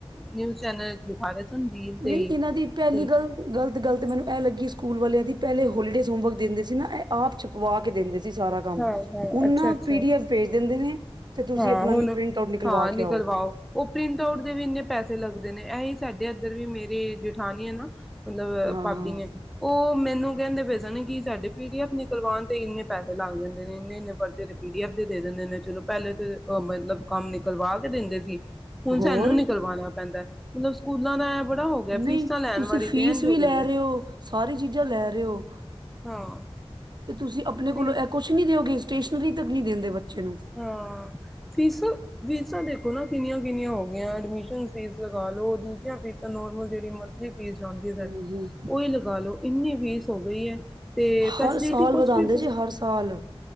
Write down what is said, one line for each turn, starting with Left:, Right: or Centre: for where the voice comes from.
Centre: ਨਿਊਜ਼ ਚੈਨਲ ਤੇ ਵਿਖਾ ਸਨ ਰੀਲ ਤੇ
Right: ਨਹੀਂ
Centre: ਹੀ
Right: ਇਹਨਾਂ ਦੀ ਪਹਿਲੀ
Centre: ਤੇ
Right: ਗੱਲ ਗ਼ਲਤ ਗੱਲ ਤੇ ਮੈਨੂੰ ਇਹ ਲੱਗੀ। ਸਕੂਲ ਵਾਲਿਆਂ ਦੀ ਪਹਿਲੇ ਹੋਲੀਡੇਜ਼ ਹੋਮਵਰਕ ਦਿੰਦੇ ਸੀ ਨਾ ਇਹ ਆਪ ਛੁਪਵਾ ਕੇ ਦਿੰਦੇ ਸੀ। ਸਾਰਾ ਕੰਮ
Centre: ਹਾਂ ਹਾਂ
Right: ਹੁਣ
Centre: ਅੱਛਾ
Right: ਨਾ
Centre: ਅੱਛਾ
Right: ਪੀ ਡ ਐਫ ਭੇਜ ਦਿੰਦੇ ਨੇ। ਤੇ ਤੁਸੀਂ
Centre: ਹਾਂ
Right: ਆਪਣਾ
Centre: ਹੁਣ
Right: ਪ੍ਰਿੰਟ ਆਊਟ ਨਿਕਲਵਾ
Centre: ਹਾਂ ਨਿਕਲਵਾਓ
Right: ਕੇ ਆਓ
Centre: ਉਹ ਪ੍ਰਿੰਟ ਆਊਟ ਦੇ ਵੀ ਇੰਨੇ ਪੈਸੇ ਲੱਗਦੇ ਨੇ ਇਹ- ਸਾਡੇ ਇੱਧਰ ਵੀ ਮੇਰੇ ਜੇਠਾਣੀ ਆ ਨਾ ਮਤਲਬ
Right: ਹਾਂ
Centre: ਭਾਬੀ
Right: ਹਾਂ
Centre: ਨੇ ਉਹ ਮੈਨੂੰ ਕਹਿੰਦੇ ਪੇ ਸਨ ਕਿ ਸਾਡੇ ਪੀ ਡ ਐਫ ਨਿਕਲਵਾਣ ਕਰਵਾਉਣ ਤੇ ਇੰਨੇ ਪੈਸੇ ਲੱਗ ਜਾਂਦੇ ਨੇ ਇੰਨੇ ਇੰਨੇ ਪਰਚੇ ਤੇ ਪੀ ਡੀ ਐਫ ਦੇ ਦਿੰਦੇ ਨੇ ਚਲੋ ਪਹਿਲੇ ਤੇ ਮਤਲਬ ਕੰਮ ਨਿਕਲਵਾ ਕੇ ਦਿੰਦੇ ਸੀ ਹੁਣ
Right: ਹੋਰ
Centre: ਸਾਨੂੰ ਨਿਕਲਵਾਣਾ ਪੈਂਦੈ। ਮਤਲਬ ਸਕੂਲਾਂ ਦਾ ਬੜਾ ਹੋ ਗਿਆ
Right: ਨਹੀਂ
Centre: ਫੀਸਾਂ ਲੈਣ
Right: ਤੁਸੀਂ
Centre: ਵਾਰੀ
Right: ਫੀਸ
Centre: ਤੇ ਇੰਝ
Right: ਵੀ
Centre: ਹੋ ਜਾਂਦੇ
Right: ਲੈ ਰਹੇ ਹੋ ਸਾਰੀ ਚੀਜ਼ਾਂ ਲੈ ਰਹੇ ਹੋ
Centre: ਹਾਂ
Right: ਤੇ ਤੁਸੀਂ ਆਪਣੇ
Centre: ਫਿਰ
Right: ਕੋਲੋਂ ਇਹ ਕੁਛ ਨੀ ਦਿਓਗੇ ਸਟੇਸ਼ਨਰੀ ਤੱਕ ਨਹੀਂ ਦਿੰਦੇ ਬੱਚੇ ਨੂੰ
Centre: ਹਾਂ ਫੀਸ ਫੀਸਾਂ ਦੇ ਸਕੂਲ ਕਿੰਨੀਆਂ ਕਿੰਨੀਆਂ ਹੋ ਗਈਆਂ ਐਡਮਿਸ਼ਨ ਫੀਸ ਲਗਾ ਲਉ ਦੂਜੀਆਂ ਫੀਸਾਂ ਨੋਰਮਲ ਜਿਹੜੀ ਮੰਥਲੀ ਫੀਸ ਜਾਂਦੀ ਹੈ ਸਾਡੀ
Right: ਹਮ, ਹਮ।
Centre: ਉਹੀ ਲਗਾ ਲੋ ਇੰਨੀ ਫੀਸ ਹੋ ਗਈ ਹੈ ਤੇ ਫੈਸਿਲਿਟੀ
Right: ਹਰ ਸਾਲ
Centre: ਕੁਛ
Right: ਵਧਾਉਂਦੇ
Centre: ਵੀ
Right: ਜੇ ਹਰ ਸਾਲ